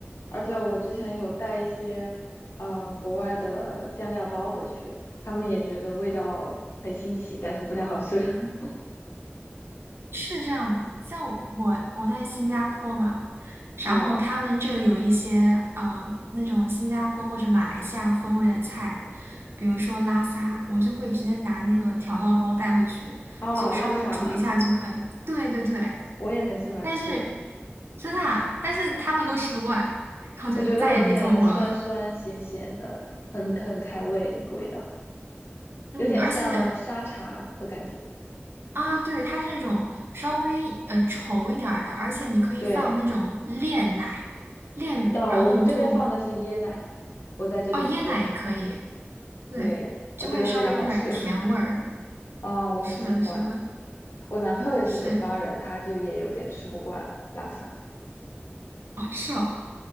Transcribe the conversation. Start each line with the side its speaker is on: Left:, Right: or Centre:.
Left: 而且我之前有带一些，嗯、国外的酱料包回去，他们也觉得味道很新奇，但是不太好吃。<laughs>
Right: 是这样的，像我我在新加坡嘛，
Left: 哦，
Right: 然后他们这里有一些嗯、呃那种新加坡或者马来西亚风味的菜，比如说拉沙，我就会直接拿那个调料包带回去，
Left: 哦，
Right: 就稍微煮一下就可以。
Left: 拉克萨嘛，
Right: 对对对，
Left: 我也很喜欢吃。
Right: 但是真的啊，但是他们都吃不惯，然后就再也没做过了。
Left: 我觉得有点酸酸咸咸的，很很开胃那个味道，
Right: <laughs> 嗯，
Left: 有点像沙茶的感觉。
Right: 而且啊，对，它是那种稍微呃稠一点儿的，而且你可以放那种炼奶、
Left: 对，
Right: 炼乳，
Left: 要我们这边放的是椰奶，
Right: 然后你就
Left: 我在这边点的，
Right: 哦，椰奶也可以，对，
Left: 对，
Right: 就会稍微有点儿甜味儿。
Left: 我觉得非常好吃，<laughs> 啊、我很喜欢。
Right: 是的，是的，
Left: 我男朋友也是北方人，
Right: 是，
Left: 他就也有点吃不惯拉 a 萨
Right: 哦，是哦，